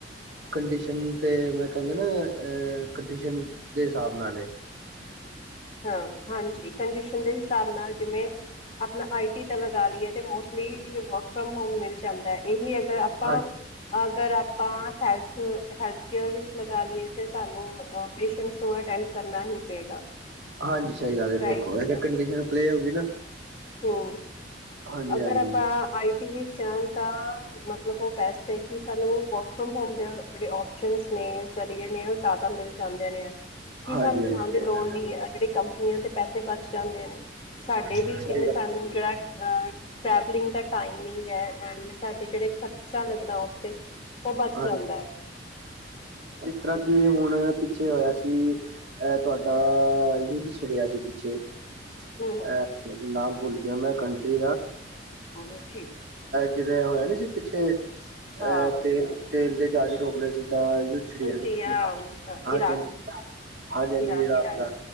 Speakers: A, on the right; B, on the left.
A: ਕੰਡੀਸ਼ਨ ਤੇ ਮੈਂ ਕਹਿੰਦੇ ਨਾ ਕੰਡੀਸ਼ਨ ਦੇ ਹਿਸਾਬ ਨਾਲ ਐ।
B: ਹਾਂ-ਹਾਂਜੀ, ਕੰਡੀਸ਼ਨ ਦੇ ਹਿਸਾਬ ਨਾਲ ਜਿਵੇਂ ਆਪਣਾ ਆਈ ਟੀ ਤਾਂ ਲਗਾ ਲਈਏ ਤੇ ਮੋਸਟਲੀ ਵਰਕ ਫਰੋਮ ਹੋਮ ਮਿਲ ਜਾਂਦਾ ਏ। ਇਹੀ ਅਗਰ ਆਪਾਂ
A: ਹਾਂ
B: ਅਗਰ ਆਪਾਂ ਹੈਲਥ, ਹੈਲਥ ਕੇਅਰ ਵਿੱਚ ਲਗਾ ਲਈਏ ਤੇ ਸਾਨੂੰ ਪੇਸ਼ੈਂਟਸ ਨੂੰ ਅਟੈਂਡ ਕਰਨਾ ਹੀ ਪਏਗਾ।
A: ਹਾਂਜੀ ਸਹੀ ਗੱਲ ਏ,
B: ਰਾਈਟ
A: ਦੇਖੋ ਕੰਡੀਸ਼ਨ ਪਲਹੇ ਹੋ ਗਈ ਨਾ
B: ਹੂੰ,
A: ਹਾਂਜੀ
B: ਅਗਰ
A: ਹਾਂਜੀ
B: ਆਪਾਂ ਆਈਟੀ ਵੀ ਜਨਤਾ ਮਤਲਬ ਉਹ ਪੈਸੇ ਵੀ ਸਾਨੂੰ ਵਰਕ ਫਰੋਮ ਹੋਮ ਦੇ ਬੜੇ ਆਪਸ਼ਨਸ ਨੇ। ਜ਼ਰੀਏ ਨੇ ਉਹ ਜ਼ਿਆਦਾ ਮਿਲ ਜਾਂਦੇ ਨੇ। ਕੀ
A: ਹਾਂਜੀ
B: ਸਾਨੂੰ
A: ਹਾਂਜੀ
B: ਜਾਣ
A: ਸਹੀ
B: ਦੀ ਲੋੜ
A: ਗੱਲ
B: ਨਹੀਂ ਆ ਜਿਹੜੀ ਕੰਪਨੀ ਆ ਤੇ ਪੈਸੇ ਬਚ ਜਾਂਦੇ ਨੇ ਸਾਡੇ ਵੀ
A: ਹੈ ਸਹੀ
B: ਕਿੰਨੇ ਸਾਨੂੰ ਜਿਹੜਾ ਆ ਟਰੈਵਲਿੰਗ ਦਾ ਟਾਈਮਿੰਗ ਐਨਡ ਸਾਡੇ ਜਿਹੜੇ ਖਰਚਾ ਲੱਗਣਾ ਉੱਤੇ ਉਹ ਬਚ
A: ਗੱਲ
B: ਜਾਂਦਾ।
A: ਤਰੱਕੀ ਹੁਣ ਪਿੱਛੇ ਹੋਇਆ ਸੀ ਐ ਤੁਹਾਡਾ ਯੁੱਧ ਛੜਿਆ ਸੀ ਪਿੱਛੇ ਏ
B: ਹਮ
A: ਨਾਮ ਭੁੱਲ ਗਿਆ ਮੈਂ ਕੰਟਰੀ ਦਾ।
B: ਗੁਰਮੁੱਖੀ
A: ਜਿਹੜੇ ਹੋਏ ਨੀ ਸੀ ਪਿੱਛੇ ਅ
B: ਹਾਂ
A: ਤੇਲ, ਤੇਲ ਦੇ ਜਾ ਕੇ ਰੋਕ ਲਿਆ ਸੀ। ਤਾਂ ਯੁੱਧ ਛਿੜ ਗਿਆ ਸੀ।
B: ਜੀ ਆ
A: ਹਾਂਜੀ-ਹਾਂਜੀ,
B: ਇਰਾਕ ਇਰਾਕ
A: ਰਾਤ
B: ਇਰਾਨ
A: ਦਾ